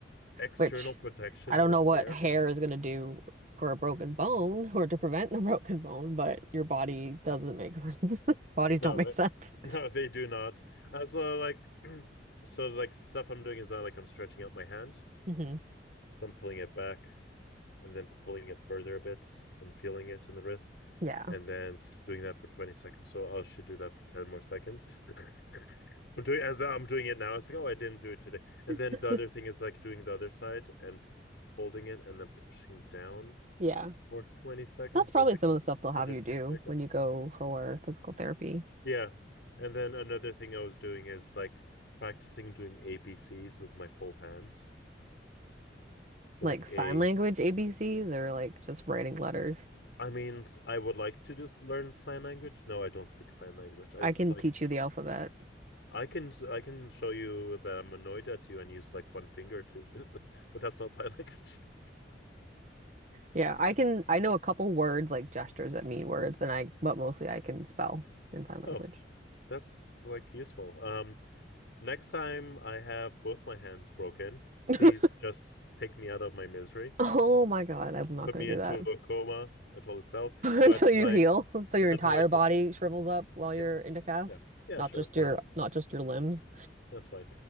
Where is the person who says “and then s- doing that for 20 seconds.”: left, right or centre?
Left